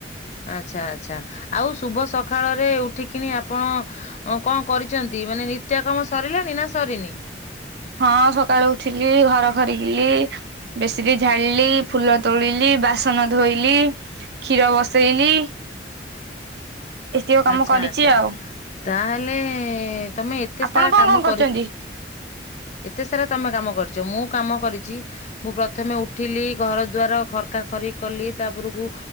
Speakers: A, on the left (about 40°); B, on the right (about 65°).
A: ଆଛା ଆଛା ଆଉ ଶୁଭ ସକାଳରେ ଉଠିକିନି ଆପଣ ଅ କଣ କରିଛନ୍ତି ମାନେ ନିତ୍ୟ କାମ ସରିଲାଣି ନା ସରିନି?
B: ହଁ ସକାଳୁ ଉଠିଲି ଘର ଖରିକି। ବେଡସିଟ୍ ଝାଡ଼ିଲି ଫୁଲ ତୋଳିଲି ବାସନ ଧୋଇଲି। କ୍ଷୀର ବସେଇଲି। ଏତିକ କାମ
A: ଆଚ୍ଛା
B: କରିଛି
A: ଆଚ୍ଛା
B: ଆଉ
A: ତାହେଲେ ତମେ ଏତେ
B: ଆପଣ
A: ସାରା
B: କଣ
A: କାମ
B: କଣ କରୁଛନ୍ତି?
A: କରି ଏତେ ସାରା ତମେ କାମ କରିଛ ମୁଁ କାମ କରିଛି ମୁଁ ପ୍ରଥମେ ଉଠିଲି ଘର ଦୁଆର ଖରକା ଖରି କଲି ତାପରକୁ